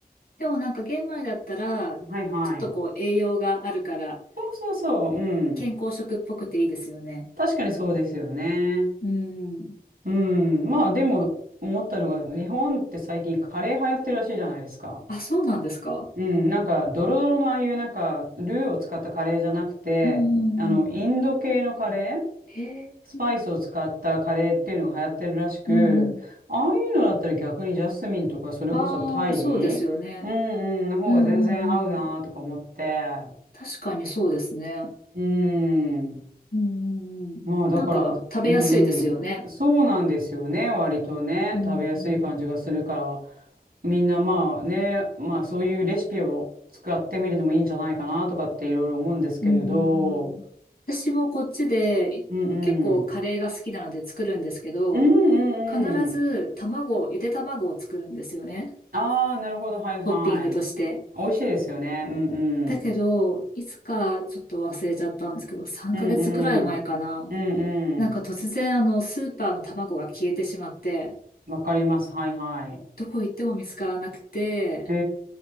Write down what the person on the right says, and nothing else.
いはい。
そうそうそう、うん。
確かにそうですよね。
うん。まあ、でも、思ったのが、日本って最近カレー流行ってるらしいじゃないですか。
うん、なんか、ドロドロのああいう、なんか、ルーを使ったカレーじゃなくて、
あの、インド系のカレー
スパイスを使ったカレーっていうのが流行ってるらしく、
ああいうのだったら逆にジャスミンとかそれこそタイ、
うんうん、の方が全然合うなーとか思って、
うん、
まあだから、
うんうん、そうなんですよね、割とね、
食べやすい感じがするから、みんなまあね、まあそういうレシピを使ってみるのもいいんじゃないかなとかっていろいろ思うんですけれど、
うんうん、うんうんうん。
ああ、なるほど。はいはい。
美味しいですよね。うんうん。
うんうん。うんう
ん。わかります。はいはい。
へ